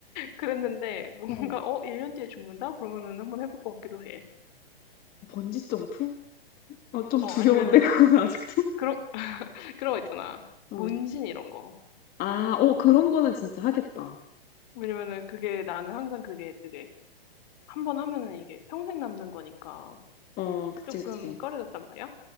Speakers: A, on the left; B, on the left.
A: 그랬는데, 뭔가,
B: 어.
A: 어, 1년 뒤에 죽는다? 그러면은 한번 해볼 것 같기도 해.
B: 번지 점프? 어, 좀
A: 어,
B: 두려운데,
A: 아니면은,
B: 그거는 아직도?
A: 그런, 그런 거 있잖아.
B: 어.
A: 문신 이런 거.
B: 아, 어, 그런 거는 진짜 하겠다.
A: 왜냐면은 그게 나는 항상 그게 되게 한 번 하면은 이게 평생 남는 거니까
B: 어, 그치,
A: 조금
B: 그치.
A: 꺼려졌단 말이야.